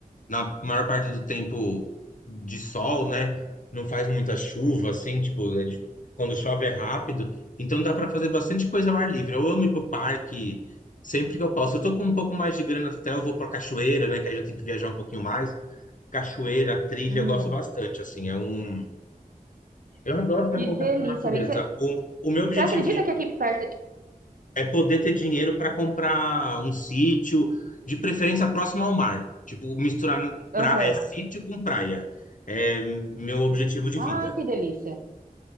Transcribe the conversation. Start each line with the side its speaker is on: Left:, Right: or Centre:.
Left: na maior parte do tempo, de sol, né? Não faz muita chuva, assim, tipo, é de- quando chove é rápido. Então dá para fazer bastante coisa ao ar livre. Eu amo ir pro parque sempre que eu posso. Eu tô com um pouco mais de grana até, eu vou pra cachoeira, né? Que aí eu tenho que viajar um pouquinho mais. Cachoeira, trilha,
Right: Uhum.
Left: eu gosto bastante, assim. É um... Eu adoro estar
Right: Que
Left: em contato
Right: delícia,
Left: com a natureza.
Right: amigo. Você
Left: O, o meu objetivo
Right: você acredita
Left: de
Right: que aqui perto.
Left: é poder ter dinheiro para comprar um sítio, de preferência próximo ao mar. Tipo, misturar
Right: Aham.
Left: pra, é, sítio com praia. É meu objetivo de vida.
Right: Ai, que delícia.